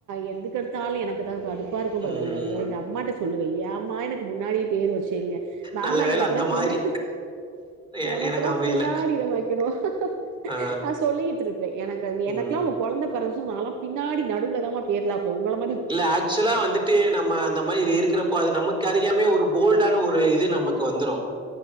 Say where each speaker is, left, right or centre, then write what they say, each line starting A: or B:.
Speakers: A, on the right (about 80°); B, on the right (about 15°).
A: எதுக்கெடுத்தாலும் எனக்கு தான் கடுப்பா இருக்கும்
B: ம்
A: ஐயோ எங்க அம்மா கிட்ட சொல்லுவேன் ஏம்மா எனக்கு முன்னாடி பேர் வச்சீங்க நாலா
B: நல்ல வேல
A: எனக்கு எனக்கு
B: அந்த மாரி
A: இல்ல
B: எ
A: எனக்கெல்லாம்
B: எனக்கு அமையல
A: பின்னாடி எல்லாம் வைக்கணும்
B: ஆ
A: நான் சொல்லிட்டு இருப்பேன் எனக்கு எனக்கெல்லாம்
B: ம்
A: குழந்தை பிறந்துச்சுன்னா எனக்கு பின்னாடி நடுவுல தாமா பேர்லாப்ப உங்களம்
B: இல்ல ஆக்சுவலா வந்துட்டு நம்ம அந்த மாதிரி இருக்கிறப்ப இப்ப அது நமக்கு அறியாமே ஒரு போல்டான ஒரு இது நமக்கு வந்துரும்